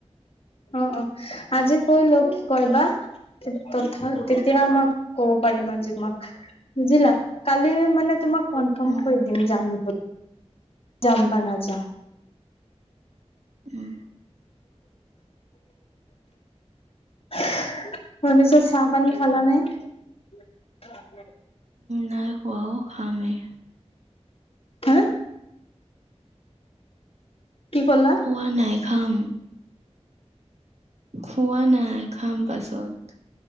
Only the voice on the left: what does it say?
অ অ আজি ক ল কিবা তথা তেতিয়া আমাক কব পাৰিবাজিমাক বুজিলা কালি মানে তোমাক কনফাৰ্ম
কৰি দিম যাম। যাম্বা না যাম
তাৰ পিছত চাহ পানী খালা নাই।
হা। কি কলা